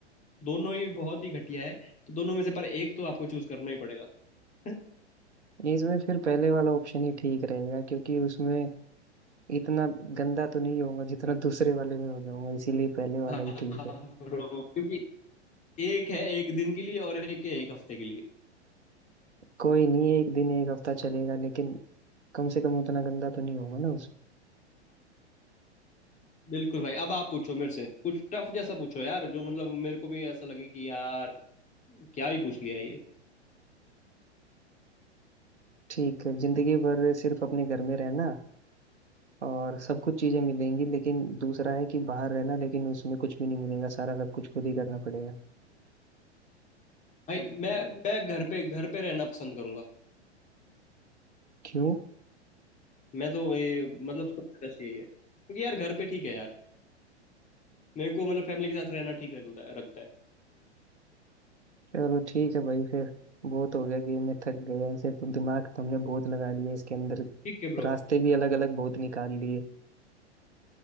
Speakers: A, on the left (about 20°); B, on the right (about 75°).
A: दोनों ही बहुत ही घटिया है तो दोनों में से पर एक तो आपको चूज करना ही पड़ेगा <laughs>
B: है इसमें फिर पहले वाला ऑप्शन ही ठीक रहेगा क्योंकि उसमें इतना गंदा तो नहीं होगा जितना दूसरे वाले में हो जाऊंगा इसीलिए पहले वाला
A: हाँ
B: ही ठीक है
A: bro, क्योंकि एक है एक दिन के लिए और एक है एक हफ्ते के लिए
B: कोई नहीं एक दिन एक हफ्ता चलेगा लेकिन कम से कम उतना गंदा तो नहीं होगा ना उस
A: बिल्कुल भाई अब आप पूछो मेरे से कुछ टफ जैसा पूछो यार जो मतलब मेरे को भी ऐसा लगे कि यार क्या ही पूछ लिया ये
B: ठीक है जिंदगी भर सिर्फ अपने घर में रहना और सब कुछ चीजें मिलेंगी लेकिन दूसरा है कि बाहर रहना लेकिन उसमें कुछ भी नहीं मिलेगा सारा सब कुछ खुद ही करना पड़ेगा
A: भाई मैं मैं घर पे घर पे रहना पसंद करूंगा
B: क्यों
A: मैं तो ये मतलब सबसे बेस्ट यही है क्योंकि यार घर पे ठीक है यार मेरे को मतलब फैमिली के साथ रहना ठीक लगता है रखता है
B: चलो ठीक है भाई फिर बहुत हो गया गेम में थक गया ऐसे तो दिमाग तुमने बहुत लगा लिया इसके अंदर
A: ठीक है ब्रो
B: रास्ते भी अलग अलग बहुत निकाल लिए